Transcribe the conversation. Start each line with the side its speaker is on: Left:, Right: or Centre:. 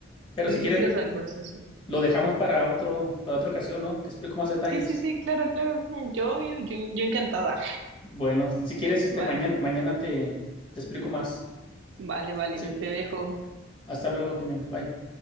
Left: Pero
Right: sí,
Left: si
Right: sí,
Left: quieres,
Right: sí, o sea, el proceso.
Left: lo dejamos para otro, para otra ocasión, ¿no? Te explico más detalles.
Right: Sí, sí, sí, claro, claro. Yo, yo, yo encantada.
Left: Bueno, si quieres, este
Right: Vale,
Left: mañana, mañana te, te explico más.
Right: vale, vale.
Left: Sí,
Right: Te dejo.
Left: hasta luego, Jimena. Bye.